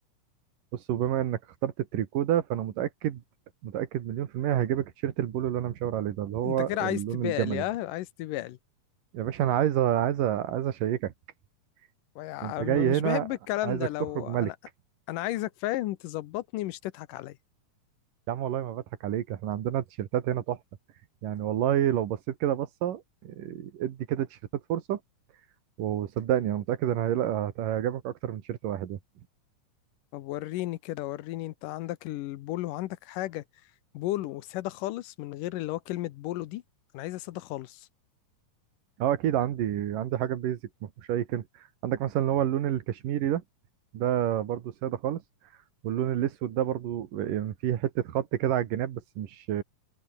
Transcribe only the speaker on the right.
بص وبما انك اخترت التريكو ده فانا متاكد متاكد مليون في الميه هيعجبك التيشيرت البولو اللي انا مشاور عليه ده اللي هو
اللون
الجملي
يا باشا انا عايز عايز عايز اشيكك
انت جاي
هنا
عايزك
تخرج
ملك
يا عم والله ما بضحك عليك احنا عندنا تيشيرتات هنا تحفه يعني والله لو بصيت كده بصه إيه، ادي كده تيشيرتات فرصه وصدقني انا متاكد ان هيلا- هيعجبك اكتر من تيشيرت واحد يعني.
اه اكيد عندي عندي حاجه بيزك ما فيهوش اي كلمه عندك مثلا اللي هو اللون الكشميري ده ده برضو سادة خالص واللون الأسود ده برضو يعني فيه حتة خط كده على الجناب بس مش